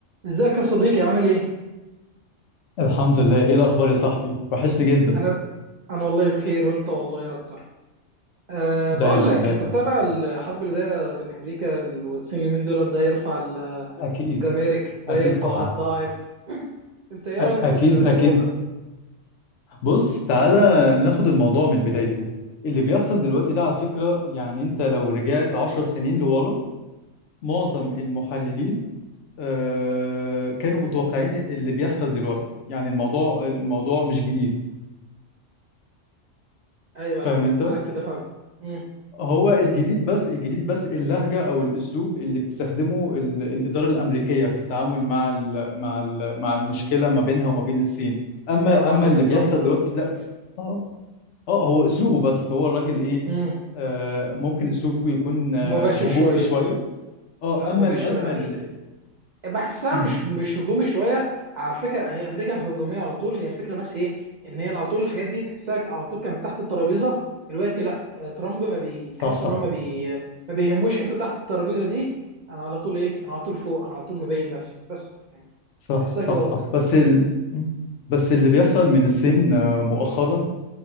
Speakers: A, on the right (about 60°); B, on the left (about 70°).
A: ازيك يا صديقي عامل ايه؟
B: الحمد لله ايه الاخبار يا صاحبي وحشني جدا
A: انا انا والله بخير وانت والله اكتر. أه
B: دايما
A: بقول لك
B: دايما
A: انت بتابع الحرب اللي دايره بين امريكا والصين اليومين دول ده يرفع
B: اكيد
A: الجمارك ده
B: اكيد
A: يرفع
B: طبعا
A: الضعف
B: أ-
A: انت ايه
B: اكيد
A: رايك في الموضوع
B: اكيد
A: ده؟
B: بص تعالى ناخد الموضوع من بدايته اللي بيحصل دلوقتي ده على فكرة يعني انت لو رجعت عشر سنين لورا معظم المحللين آه، كانوا متوقعين اللي بيحصل دلوقتي يعني الموضوع الموضوع مش جديد
A: ايوه
B: فاهم
A: ايوه
B: انت
A: معاك في ده فعلا. مم.
B: هو الجديد بس الجديد بس اللهجة أو الأسلوب اللي بتستخدمه ال- الإدارة الأمريكية في التعامل مع ال مع ال مع المشكلة ما بينها وما بين الصين أما
A: طبعا
B: أما
A: لان
B: اللي بيحصل
A: ترامب مختلف.
B: دلوقتي لا آه آه هو أسلوبه بس هو الراجل إيه
A: مم.
B: آه ممكن أسلوبه يكون آه
A: مباشر
B: هجومي
A: شويه.
B: شوية آه
A: لا مباشر
B: أما الأزمة
A: يعني
B: اللي
A: بحسها
B: مم،
A: مش مش هجومي شويه على فكره هي امريكا هجوميه على طول هي الفكره بس ايه ان هي على طول الحاجات دي تحسها على طول كانت تحت الترابيزه دلوقتي لا آه، ترامب ما بيتحس
B: صح صح
A: ان هو ما بي ما بيهموش حته تحت الترابيزه دي انا على طول ايه انا على طول فوق انا على طول مبين نفسي بس يعني
B: صح
A: بحسها
B: صح
A: كده
B: صح
A: اكتر
B: بس ال مم. بس اللي بيحصل من الصين آه، مؤخرا